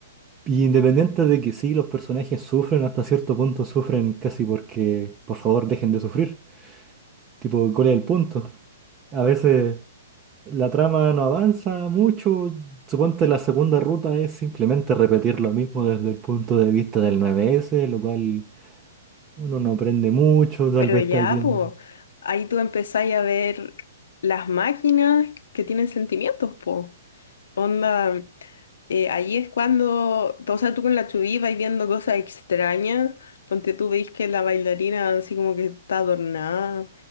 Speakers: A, on the right (about 25°); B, on the left (about 70°).
A: Y independiente de que sí, los personajes sufren, hasta cierto punto sufren casi porque, por favor, dejen de sufrir. Tipo, ¿cuál es el punto? A veces La trama no avanza mucho. Suponte la segunda ruta es simplemente repetir lo mismo desde el punto de vista del 9S, lo cual uno no aprende mucho, tal
B: pero
A: vez
B: ya,
A: está bien.
B: pues, ahí tú empezáis a ver las máquinas que tienen sentimientos, pues. Onda, eh, ahí es cuando, o sea, tú con la chubí vais viendo cosas extrañas. Ponte tú, veis que la bailarina así como que está adornada